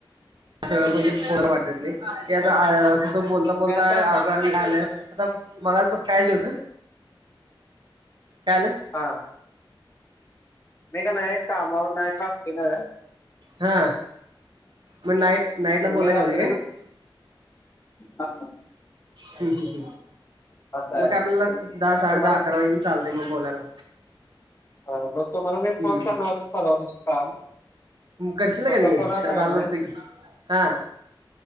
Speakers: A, on the right (about 60°); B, on the left (about 30°).
A: सगळं म्हणजे थोडं वाटत नी की आता आया कसं बोलत् बोलता
B: मी आता
A: ऑडर आली यालं आता मगा् बस कायच होतं कायलं?
B: हां. मी का नाई <unintelligible> केलं.
A: हा म नाईट् नाईट ला
B: मग
A: बोलाय
B: मी रात्रीच
A: <unintelligible>
B: हा.
A: ह् ह् ह
B: असं आहे
A: म काय आपल्याला दहा साडे
B: तुम्हाला
A: दहा अकरा येन् चालते म बोलाला.
B: हा मग तुम्हाला मी
A: हम्म
B: फोन करणार होतो पर्वा दिवशी काल.
A: करशीलं
B: तुमचा
A: का नी
B: फोन आलता
A: चाललं
B: का नाही
A: असतं की, हा.